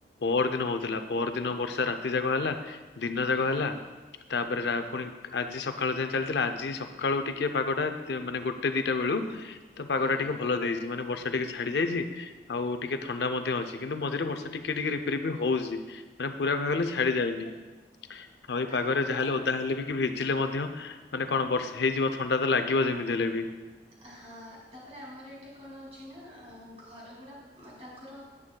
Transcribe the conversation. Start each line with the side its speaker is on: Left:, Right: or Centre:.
Left: ପର ଦିନ ହଉଥିଲା ପର ଦିନ ବର୍ଷା ରାତି ଯାକ ହେଲା ଦିନ
Right: ହୁଁ ହୁଁ
Left: ଯାକ ହେଲା। ତାପରେ ରା ପୁଣି ଆଜି ସକାଳ ଯାଏଁ ଚାଲିଥିଲା ଆଜି ସକାଳୁ ଟିକେ ପାଗଟା ଦେ ମାନେ ଗୋଟେ ଦିଟା ବେଳୁ। ତ ପାଗ
Right: ହୁଁ
Left: ଟା ଟିକେ ଭଲ ଦେଇଛି ମାନେ ବର୍ଷା ଟିକେ ଛାଡି ଯାଇଛି। ଆଉ ଟିକେ ଥଣ୍ଡା ମଧ୍ୟ ଅଛି କିନ୍ତୁ ମଝିରେ ବର୍ଷା ଟିକେ ଟିକେ ରିପି ରିପି ହଉଛି। ମାନେ ପୁରା କହିବାକୁ ଗଲେ ଛାଡି ଯାଇନି ଆଉ ଏଇ ପାଗରେ
Right: ଆମର
Left: ଯାହା ହେଲେ ଓ ତାହେଲେ ବି କି ଭିଜିଲେ ମଧ୍ୟ ମାନେ କଣ ବର୍ଷ ହେଇଯିବ ଥଣ୍ଡା ତ ଲାଗିବ ଯେମିତି ହେଲେ ବି।
Right: ଆ ହଁ ତାପରେ ଆମର ଏଠି କଣ ହଉଛି ନା ଘର ଗୁଡା ତାଙ୍କର।